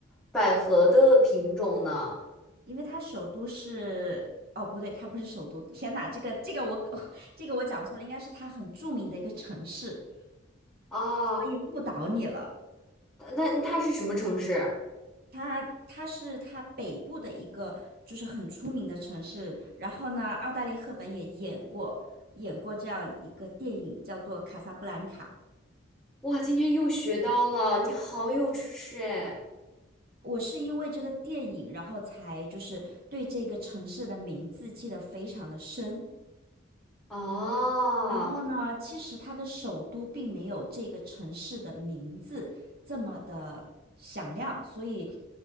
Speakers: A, in the centre; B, on the right (about 50°).
A: 百合的品种呢？
B: 因为它首都是，哦，不对，它不是首都。天哪，这个这个我 <laughs> 这个我讲错了，应该是它很著名的一个城市。
A: 啊，
B: 可以误导你了，
A: 它那它是什么城市？
B: 它它是它北部的一个就是很出名的城市。然后呢，奥黛丽·赫本也演过演过这样一个电影，叫做《卡萨布兰卡》。
A: 哇，今天又学到了，你好有知识哎！
B: 我是因为这个电影，然后才就是对这个城市的名字记得非常的深。
A: 啊，
B: 然后呢，其实它的首都并没有这个城市的名字这么的响亮，所以